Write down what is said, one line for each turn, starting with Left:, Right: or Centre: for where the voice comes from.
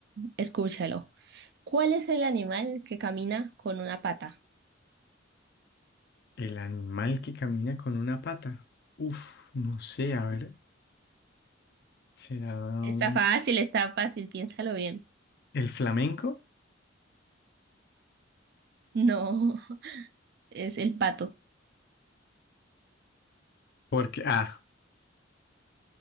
Right: Escúchalo. ¿Cuál es el animal que camina con una pata?
Left: El animal que camina con una pata. Uf, no sé, a ver. ¿Será
Right: Está
Left: un...
Right: fácil, está fácil. Piénsalo bien.
Left: el flamenco?
Right: No, es el pato.
Left: Porque, ah,